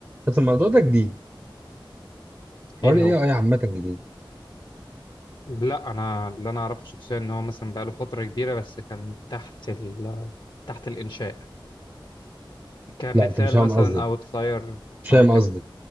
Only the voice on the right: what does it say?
بس الموضوع ده جديد حوار
الاي
اي عامة جديد
لا انت مش فاهم
قصدي
مش فاهم
قصدي